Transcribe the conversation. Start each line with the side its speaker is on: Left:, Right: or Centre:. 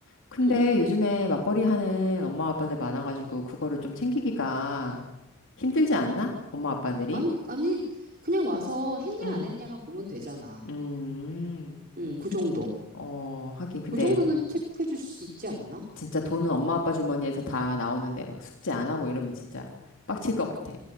Left: 근데
Right: 응.
Left: 요즘에 맞벌이 하는 엄마 아빠들 많아가지고 그거를 좀 챙기기가 힘들지 않나? 엄마 아빠들이?
Right: 아니, 아니, 그냥 와서 했냐
Left: 음,
Right: 안 했냐만 보면 되잖아.
Left: 음,
Right: 응, 그 정도.
Left: 어, 하긴. 근데
Right: 그 정도는 체크해 줄 수 있지 않나?
Left: 진짜 돈은 엄마 아빠 주머니에서 다 나오는데 막 숙제 안 하고 이러면 진짜 빡칠 것 같아.